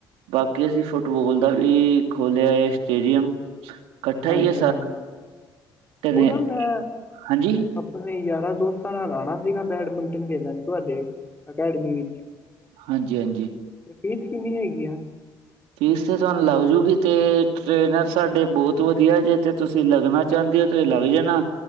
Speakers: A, on the right (about 80°); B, on the left (about 20°).
A: ਬਾਕੀ ਅਸੀਂ ਫੁੱਟਬੋਲ ਦਾ ਵੀ ਖੋਲਿਆ ਹੈ ਸਟੇਡੀਅਮ ਇਕੱਠਾ
B: ਹਾਂਜੀ-
A: ਹੀ ਹੈ ਸਾਰਾ
B: ਹਾਂਜੀ
A: ਨੇ।
B: ਉਹ ਨਾ ਮੈਂ
A: ਹਾਂਜੀ
B: ਆਪਣੇ ਯਾਰਾਂ ਦੋਸਤਾਂ ਨਾਲ ਆਣਾ ਸੀਗਾ ਬੈਡਮਿੰਟਨ ਖੇਡਣ ਤੁਹਾਡੇ ਅਕੈਡਮੀ ਵਿੱਚ
A: ਹਾਂਜੀ- ਹਾਂਜੀ
B: ਫੇਰ ਫੀਸ ਕਿੰਨੀ ਹੈਗੀ ਆ
A: ਫੀਸ ਤੇ ਤੁਹਾਨੂੰ ਲੱਗ ਜਾਉਗੀ ਤੇ ਟ੍ਰੇਨਰ ਸਾਡੇ ਬਹੁਤ ਵਧੀਆ ਜੇ ਤੇ ਤੁਸੀਂ ਲੱਗਣਾ ਚਾਹੁੰਦੇ ਹੋ ਤੇ ਲੱਗ ਜਾਣਾ,